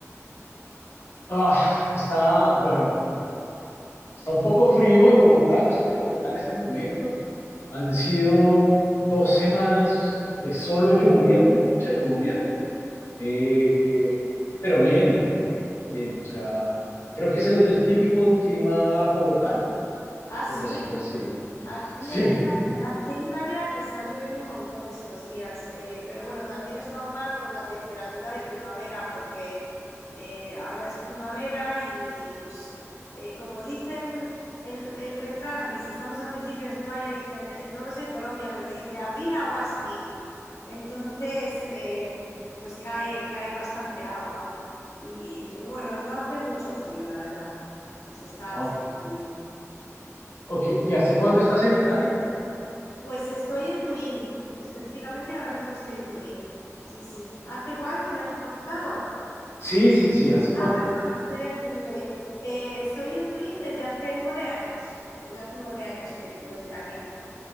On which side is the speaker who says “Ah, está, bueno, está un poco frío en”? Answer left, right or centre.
Left